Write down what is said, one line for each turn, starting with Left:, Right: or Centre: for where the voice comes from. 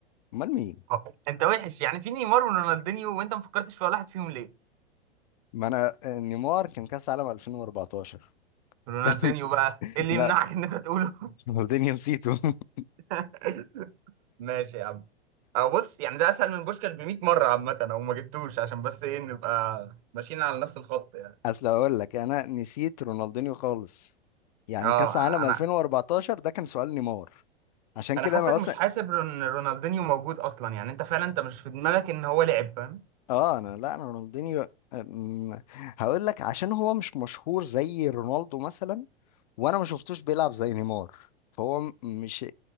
Left: امال مين
Right: أه. انت وحش يعني في نيمار ورونالدينيو وانت ما فكرتش في ولا واحد فيهم ليه
Left: ما انا آه، نيمار كان كاس عالم 2014
Right: رونالدينيو
Left: <laughs>
Right: بقى ايه اللي
Left: لا
Right: يمنعك ان انت تقوله
Left: رونالدينيو نسيته <laughs>
Right: <laughs> ماشي يا عم أه بص يعني ده اسهل من بوشكاش ب 100 مره عامه او ما جبتوش عشان بس ايه نبقى ماشيين على نفس الخط يعني
Left: اصل اقول لك انا نسيت رونالدينيو خالص يعني
Right: اه
Left: كاس عالم
Right: انا
Left: 2014 ده كان سؤال نيمار عشان
Right: انا
Left: كده
Right: حاسك
Left: انا اصلا
Right: مش حاسب ان رونالدينيو موجود اصلا يعني انت فعلا انت مش في دماغك ان هو لعب فاهم
Left: اه انا لا انا رونالدينيو أم، هقول لك عشان هو مش مشهور زي رونالدو مثلا وانا ما شفتوش بيلعب زي نيمار فهو م- مش